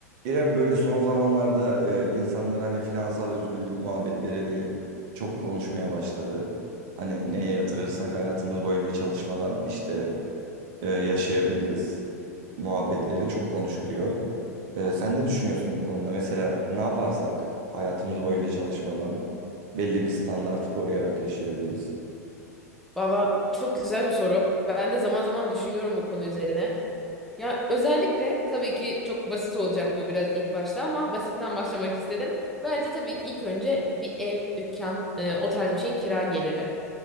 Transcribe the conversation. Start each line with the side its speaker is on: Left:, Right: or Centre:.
Right: İrem böyle son zamanlarda e, insanlar hani finansal özgürlük muhabbetlerini çok konuşmaya başladı. Hani neye yatırırsak hayatımız boyunca çalışmadan işte e, yaşayabiliriz muhabbetlerini çok konuşuluyor. E, sen ne düşünüyorsun bu konuda? Mesela ne yaparsak hayatımız boyunca çalışmadan belli bir standartı koruyarak yaşayabiliriz.
Centre: Valla çok güzel bir soru. Ben de zaman zaman düşünüyorum bu konu üzerine. Ya özellikle tabii ki çok basit olacak bu biraz ilk başta ama basitten başlamak istedim. Bence tabii ki ilk önce bir ev, dükkan, e, o tarz bir şeyin kira geliri.